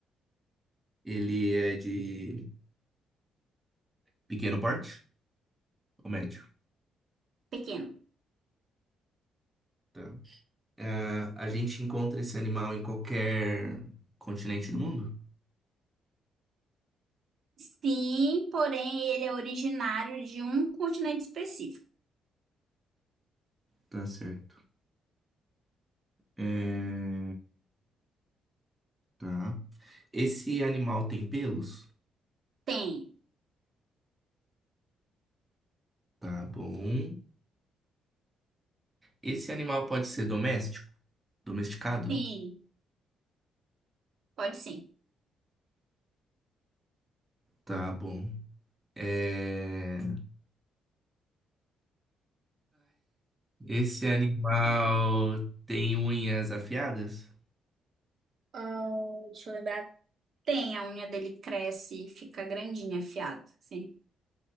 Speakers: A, on the right; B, on the right.
A: Ele é de pequeno porte ou médio?
B: pequeno.
A: Tá. A, a gente encontra esse animal em qualquer continente do mundo?
B: Sim, porém ele é originário de um continente específico.
A: Tá certo. É, tá. Esse animal tem pelos?
B: Tem,
A: Tá bom. Esse animal pode ser doméstico? Domesticado?
B: tem, pode sim.
A: Tá bom. É... esse animal tem unhas afiadas?
B: Ah, deixa eu lembrar. Tem, a unha dele cresce e fica grandinha, afiada. Sim.